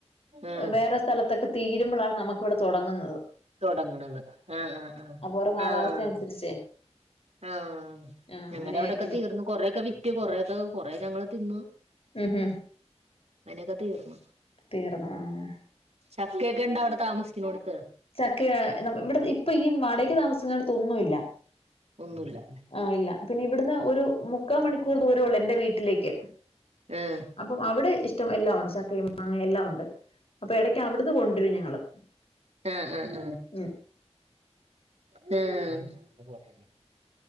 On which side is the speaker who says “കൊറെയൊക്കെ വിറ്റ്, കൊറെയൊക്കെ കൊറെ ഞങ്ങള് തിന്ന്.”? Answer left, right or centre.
Right